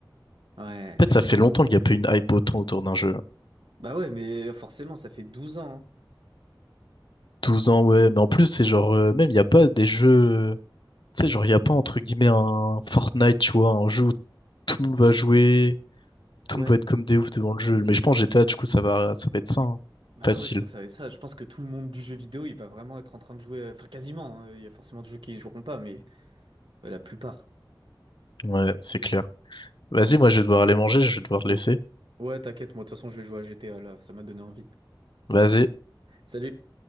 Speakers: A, on the right; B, on the left.
A: Ouais.
B: En fait, ça fait longtemps qu'il n'y a pas une hype autant autour d'un jeu.
A: Bah ouais, mais forcément, ça fait 12 ans. hein.
B: douze ans, ouais, mais en plus, c'est genre, euh, même, il n'y a pas des jeux. Tu sais, genre, il n'y a pas, entre guillemets, un Fortnite, tu vois, un jeu où tout le monde va jouer, tout
A: Ouais.
B: le monde va être comme des oufs devant le jeu. Mais je pense GTA, du coup, ça va, ça va être ça, hein.
A: Bah
B: Facile.
A: ouais, je crois que ça va être ça. Je pense que tout le monde du jeu vidéo, il va vraiment être en train de jouer. euh, Enfin, quasiment. hein. Il y a forcément des jeux qui y joueront pas, mais euh, la plupart.
B: Ouais, c'est clair. Vas-y, moi, je vais devoir aller manger, je vais devoir te laisser.
A: Oh. Ouais, t'inquiète, moi, de toute façon, je vais jouer à GTA là. Ça m'a donné envie.
B: Vas-y.
A: Salut!